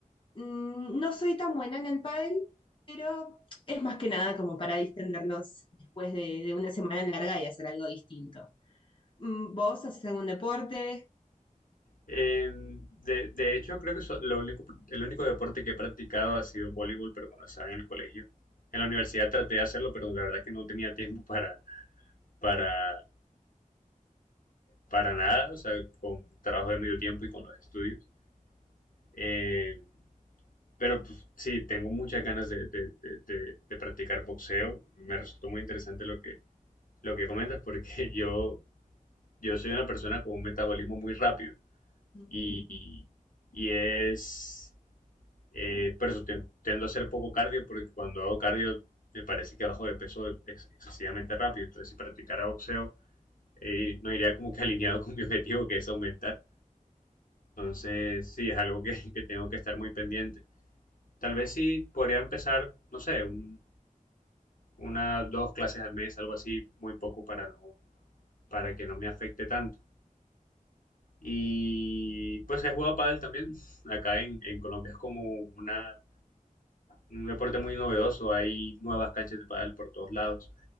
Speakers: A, on the left; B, on the left.
A: Mm, No soy tan buena en el pádel, pero es más que nada como para distendernos después de, de una semana larga y hacer algo distinto. Mm, ¿Vos haces algún deporte?
B: Eh, de, de hecho, creo que so- lo único, el único deporte que he practicado ha sido voleibol, pero cuando estaba en el colegio. En la universidad traté de hacerlo, pero la verdad que no tenía tiempo para, para, para nada, o sea, con trabajo de medio tiempo y con los estudios. Eh, pero pues, sí, tengo muchas ganas de, de, de, de, de practicar boxeo. Me resultó muy interesante lo que, lo que comentas porque <laughs> yo, yo soy una persona con un metabolismo muy rápido
A: Mm,
B: y, y y es... Eh, por eso ten- tiendo a hacer poco cardio porque cuando hago cardio me parece que bajo de peso ex excesivamente rápido. Entonces si practicara boxeo eh, no iría como que <laughs> alineado con mi objetivo que es aumentar Entonces, sí, es algo que, <laughs> que tengo que estar muy pendiente. Tal vez sí podría empezar, no sé, un, una, dos clases al mes, algo así, muy poco para no, para que no me afecte tanto. Y pues he jugado pádel también. <laughs> Acá en, en Colombia es como una, un deporte muy novedoso. Hay nuevas canchas de pádel por todos lados.